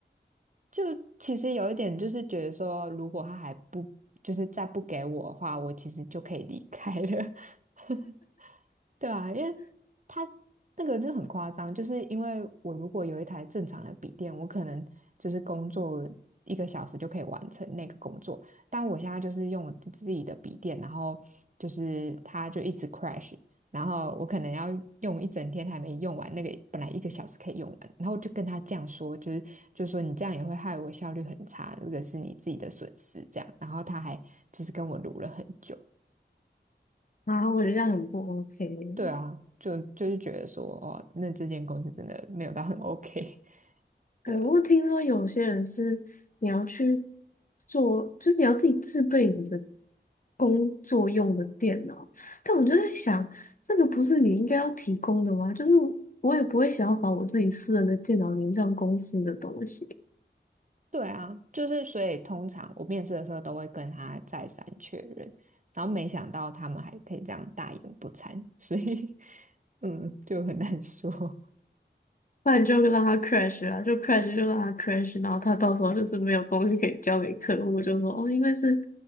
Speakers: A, on the right; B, on the left.
A: 就其实有一点就是觉得说，如果他还不就是再不给我的话，我其实就可以离开了。<laughs> 对啊，因为他那个就很夸张，就是因为我如果有一台正常的笔电，我可能就是工作一个小时就可以完成那个工作，但我现在就是用我自自己的笔电，然后就是它就一直 crash，然后我可能要用一整天还没用完那个本来一个小时可以用完，然后我就跟他这样说，就是就说你这样也会害我效率很差，这个是你自己的损失这样，然后他还就是跟我撸了很久。
B: 然后我觉得这样很不 OK。
A: 对啊，就就是觉得说，哦，那这间公司真的没有到很 OK，<laughs>
B: 对，
A: 对啊，
B: 我听说有些人是你要去做，就是你要自己自备你的工作用的电脑，但我就在想，这个不是你应该要提供的吗？就是我也不会想要把我自己私人的电脑连上公司的东西，
A: 对啊，就是所以通常我面试的时候都会跟他再三确认，然后没想到他们还可以这样大言不惭，所以 <laughs> 嗯，就很难说。<laughs>
B: 不然就让它 crash 啊，就 crash 就让它 crash，然后他到时候就是没有东西可以交给客户，就说哦，因为是